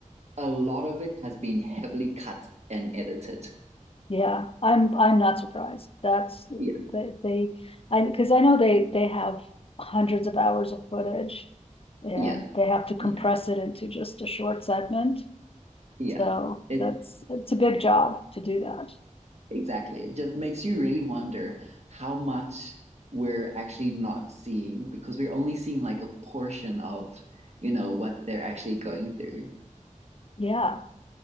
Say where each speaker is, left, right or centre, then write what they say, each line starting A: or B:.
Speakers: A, on the right; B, on the left.
A: a lot of it has been heavily cut and edited
B: yeah, I'm I'm not surprised. That's
A: yeah
B: they, they I because I know they they have hundreds of hours of footage and
A: yeah
B: they have to compress
A: yeah
B: it into just a short segment.
A: yeah
B: So
A: it
B: that's it's a big job to do that.
A: Exactly. It just makes you really wonder how much we're actually not seeing because we're only seeing like a portion of, you know, what they're actually going through.
B: Yeah,